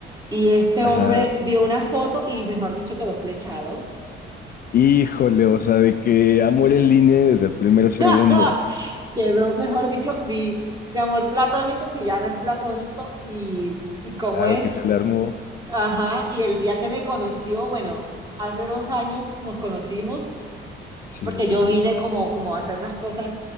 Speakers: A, on the right; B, on the left.
A: Y este
B: Ajá.
A: hombre vio una foto y, mejor dicho, quedó flechado.
B: Híjole, o sea, de que amor en línea desde el primer segundo.
A: <laughs> Quedó, mejor dicho, mi, mi amor platónico, que ya no es platónico, y, y cómo
B: Claro
A: es.
B: que se le armó.
A: Ajá, y el día que me conoció, bueno, hace dos años nos conocimos
B: Sí,
A: porque
B: sí,
A: yo
B: sí.
A: vine como, como a hacer unas cosas